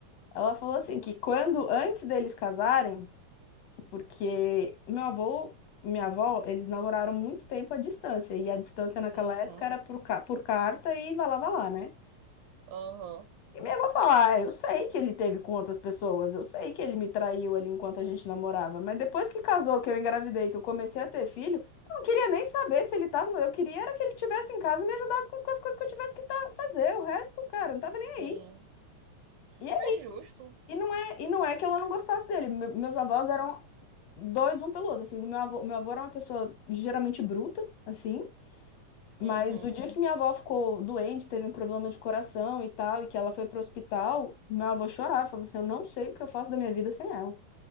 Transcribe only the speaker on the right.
Uhum.
Aham.
Sim.
não É justo.
Uhum.